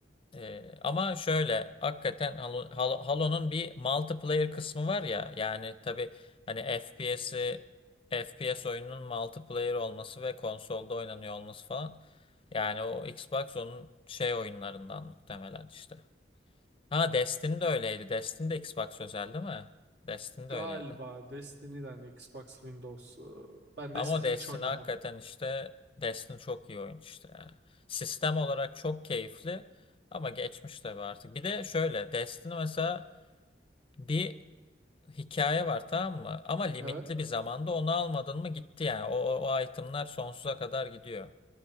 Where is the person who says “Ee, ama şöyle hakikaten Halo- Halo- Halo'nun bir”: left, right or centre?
Left